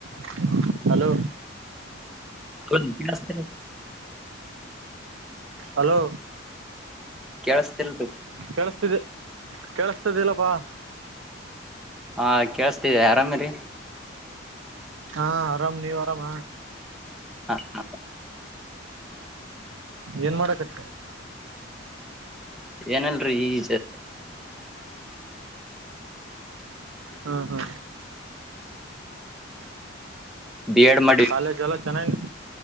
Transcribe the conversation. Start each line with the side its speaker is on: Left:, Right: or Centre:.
Right: <inaudible> Hello
Centre: hello ಕೇಳಸ್ತಿಲ್
Right: hello
Centre: ಕೇಳಸ್ತಿಲ್ರಿ
Right: ಕೇಳಿಸತಿದೆ ಕೇಳಸ್ತದಿಲ್ಲಪ್ಪಾ
Centre: ಹಾ ಕೇಳಸ್ತಿದೆಿ ಆರಾಮ ರೀ
Right: ಹಾ ಆರಾಮ್ ನೀವು್ ಆರಾಮ
Centre: ಹಾ ಹಾ
Right: ಏನ್ ಮಾಡಕತ್
Centre: ಏನಲ್ರರಿ ಈವಿ
Right: ಹಾ ಹಾ
Centre: ಬಿ ಎಡ್ ಮಾಡಿ
Right: ಅೇ ಜಲೋ ಚೆನ್ನಾಯನ